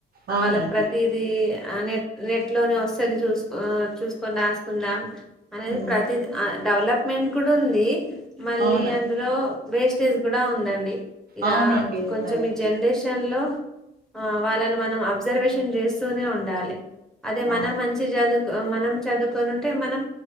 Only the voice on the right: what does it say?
అవునండి
ఉమ్,
అవునండి
అవునండి
ఉన్నది
అ
అవును